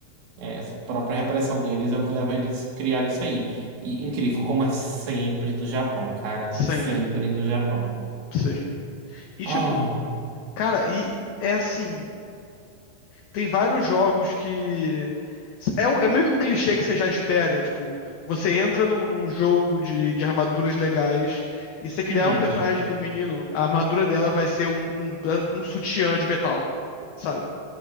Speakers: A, on the right (about 75°); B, on the left (about 70°).
A: Essa própria repressão deles é o que leva eles a criar isso aí. E incrível como é sempre do Japão, cara.
B: Sempre,
A: Sempre no Japão.
B: sim. E, tipo,
A: Ai.
B: cara, e é assim. Tem vários jogos que. É, um- é meio que um clichê que você já espera. Tipo, você entra num, num jogo de, de armaduras legais e se você criar
A: Uhum.
B: um personagem feminino, a armadura dela vai ser um, um, um sutiã de metal, sabe?